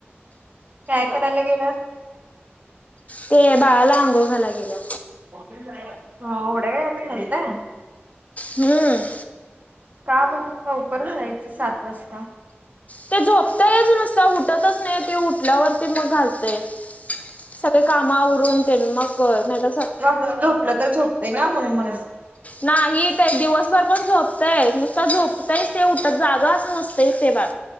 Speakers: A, on the right; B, on the left.
A: करायला गेल्यात.
B: ते बाळाला अंघोळ घालाय गेल्या.
A: ह.. येवढ्या वेळानं घालताय.
B: हंम्म.
A: का बरं, लवकर घालायचं सात वाजता.
B: ते झोपतायच नुसता उठतच नाही ते उठल्यावरती मग घालतोय. सगळी काम आवरून, तेन मग नाही तर.
A: जावून झोपलं तर झोपतंय ना म्हणून म्ह
B: नाही ते दिवसभर पण झोपतय नुसत, झोपतयच ते उठत जाग असं नसतंयच ते बाळं.